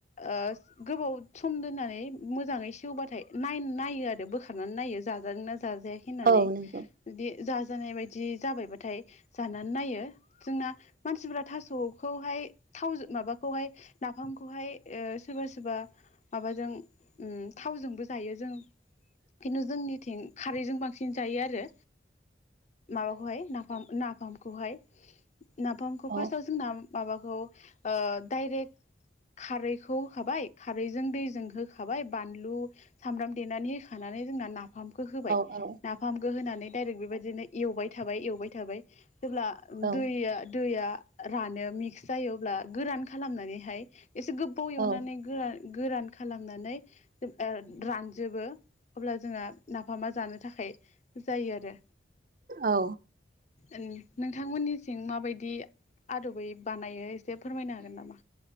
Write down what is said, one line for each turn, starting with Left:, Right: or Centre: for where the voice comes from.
Left: ओ गोबाव सम दोननानै मोजाङै सेवबाथाय नाय-नायो आरो बोखारनानै नायो जाजादों ना जाजायाखै होन्नानै
Right: औ औ
Left: जुदि जाजानाय बायदि जाबायबाथाय जानानै नायो। जोंना मानसिफोरा थास'खौहाय थाव माबाखौहाय नाफामखौहाय ओ सोरबा सोरबा माबाजों ओम थावजोंबो जायो जों खिन्थु जोंनिथिं खारैजों बांसिन जायो आरो। माबाखौहाय नाफाम नाफामखौहाय नाफामखौ फार्स्टाव
Right: औ
Left: जोंना माबाखौ ओ डायरेक्ट खारैखौ होखाबाय खारैजों दैजों होखाबाय बानलु सामब्राम देनानै होखाना नानै जोंना ना नाफामखौ होबाय
Right: औ
Left: नाफामखौ होनानै दडायरेक्ट बेबायदिनो एवबाय थाबाय एवबाय थाबाय जेब्ला
Right: औ
Left: दैया दैया रानो मिक्स जायो अब्ला गोरान खालामनानैहाय एसे गोबाव एवनानै
Right: ओ
Left: गोरान गोरान खालामनानै ओ रानजोबो अब्ला जोंहा नाफामा जानो थाखाय जायो आरो।
Right: औ।
Left: नोंथांमोननि सिं माबायदि आदबै बानायो एसे फोरमायनो हागोन नामा?